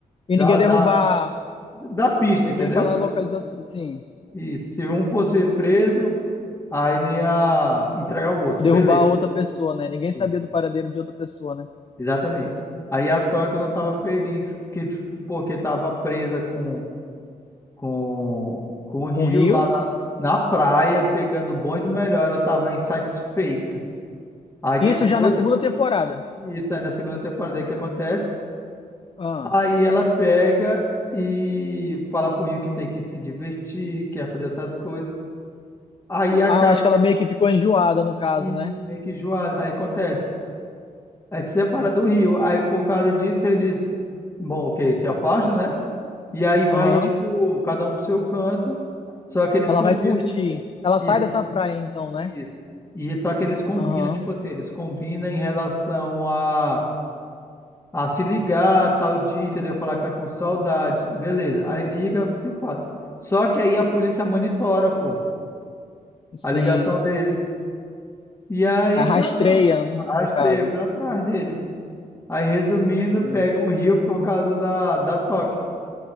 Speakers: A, on the left; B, on the left.
A: dar,
B: E ninguém derrubar,
A: dar, dar pista,
B: e ninguém
A: entendeu?
B: falar a localização, sim,
A: Isso, se um fosse preso, aí não ia entregar o outro,
B: derrubar
A: beleza.
B: a outra pessoa, né? Ninguém
A: Isso,
B: sabia do paradeiro de outra pessoa, né?
A: Exatamente. Aí a Tóquio não tava feliz que, porque tava presa com, com, com o Rio
B: Com o Rio.
A: lá na, na praia, pegando o bom e do melhor, ela tava insatisfeita. Aí o que
B: Isso
A: que foi?
B: já na segunda temporada.
A: Isso, aí na segunda temporada, aí o que acontece?
B: Ah.
A: Aí ela pega e fala pro Rio que tem que se divertir, quer fazer outras coisas. Aí acaba
B: Ah, eu acho que
A: que
B: ela meio que ficou enjoada no caso,
A: ele
B: né?
A: se meio que enjoado. Aí acontece. Aí se separa do Rio. Aí por causa disso eles, bom, ok, se afasta, né? E aí vai,
B: Aham.
A: tipo, cada um pro seu canto. Só que eles
B: Ela
A: combinam
B: vai curtir. Ela
A: isso.
B: sai dessa
A: só que-
B: praia então, né?
A: isso. E só que eles combinam,
B: Aham.
A: tipo assim, eles combinam em relação a a se ligar tal dia, entendeu? Falar que tá com saudade. Beleza. Aí liga e fala. Só que aí a polícia monitora, pô,
B: Sim.
A: a ligação deles. E aí
B: A rastreia,
A: já sabe.
B: no
A: Rastreia,
B: caso.
A: vai atrás deles. Aí, resumindo,
B: Sim.
A: pega um rio por causa da, da toque.